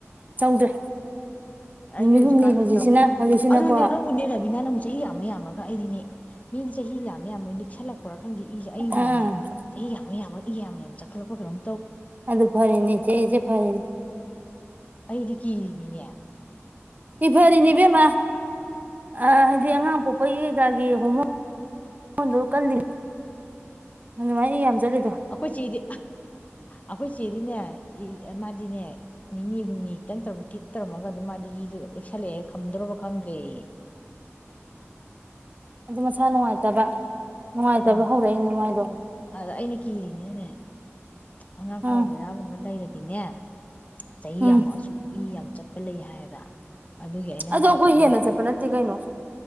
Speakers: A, on the right; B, on the left.
A: ꯇꯧꯗ꯭ꯔꯦ
B: ꯑꯩꯖꯦ
A: ꯅꯨꯃꯤꯠ
B: ꯍꯧꯖꯤꯛꯀꯥꯟꯗꯤ
A: ꯍꯨꯝꯅꯤ ꯍꯧꯖꯤꯛꯁꯤꯅ
B: ꯇꯧꯗꯦ
A: ꯍꯧꯖꯤꯛꯁꯤꯅꯀꯣ
B: ꯑꯗꯨꯅꯦ ꯅꯪꯕꯨꯨꯅꯦ ꯔꯕꯤꯅꯥ ꯅꯪꯨꯛ ꯆꯍꯤ ꯌꯥꯝ ꯃꯌꯥꯝ ꯑꯃꯒ ꯑꯩꯗꯤꯅꯦ ꯃꯤꯅ ꯆꯍꯤ ꯌꯥꯝ ꯃꯌꯥꯝꯕꯣꯏ ꯂꯤꯛꯁꯜꯂꯛꯄ ꯈꯪꯗꯦ ꯏꯁꯦ
A: ꯑꯥ
B: ꯑꯩꯒꯤꯅꯅꯦ ꯆꯍꯤ ꯌꯥꯝꯃ ꯌꯥꯝꯃ ꯏ ꯌꯥꯝ ꯆꯈꯠꯂꯄꯣꯒ꯭ꯔꯝ
A: ꯑꯗꯨ ꯐꯔꯅꯤꯆꯦꯁꯦ ꯐꯔꯅꯤ
B: ꯑꯩꯗꯤ ꯀꯤꯅꯤꯅꯦ
A: ꯁꯤ ꯐꯔꯤꯅꯤ ꯏꯕꯦꯝꯃ ꯍꯥꯏꯗꯤ ꯑꯉꯥꯡ ꯄꯣꯛꯄꯒꯤ ꯀꯩꯀꯥꯒꯤ ꯍꯣꯃꯣꯟꯗꯣ ꯀꯟꯂꯤ ꯑꯗꯨꯃꯥꯏ ꯏ ꯌꯥꯝ ꯆꯠꯂꯤꯗꯣ
B: ꯑꯩꯈꯣꯏ ꯆꯦꯗꯤ ꯑꯩꯈꯣꯏ ꯆꯦꯗꯤꯅꯦ ꯃꯥꯗꯤꯅꯦ ꯅꯤꯅꯤ ꯍꯨꯝꯅꯤ ꯈꯤꯇꯪ ꯇꯧ ꯊꯤꯛ ꯇꯧꯔꯝꯃꯒ ꯑꯗꯨꯝ ꯃꯥꯗꯤ ꯏꯗꯨꯣ ꯂꯦꯛꯁꯜꯂꯛꯑꯦ ꯈꯝꯗ꯭ꯔꯕ ꯈꯪꯗ꯭ꯔꯦ ꯑꯩ
A: ꯑꯗꯨ ꯃꯁꯥ ꯅꯨꯡꯉꯥꯏꯇꯕ ꯅꯨꯡꯉꯥꯏꯇꯕ
B: ꯑꯥ
A: ꯍꯧꯔꯛꯏꯅꯦ ꯃꯣꯏꯗꯣ
B: ꯑꯗ ꯑꯩꯅ ꯀꯤꯔꯤꯅꯤꯅꯅꯦ ꯑꯉꯥꯡꯈꯥꯎ
A: ꯎꯝ
B: ꯕꯦꯔꯥꯒꯨꯝꯕ ꯂꯩꯔꯗꯤꯅꯦ ꯆꯍꯤ
A: ꯎꯝ
B: ꯌꯥꯝꯃꯛꯑꯁꯨ ꯏ ꯌꯥꯝ ꯆꯠ <unintelligible> ꯂꯩ ꯍꯥꯏꯕ ꯑꯗꯨꯒꯤ ꯑꯩꯅ ꯑꯃꯨꯛ
A: ꯑꯗꯣ
B: ꯄꯥꯈꯠꯂꯤꯕ
A: ꯑꯩꯈꯣꯏ ꯍꯦꯟꯅ ꯆꯠꯄ ꯅꯠꯇꯦ ꯀꯩꯅꯣ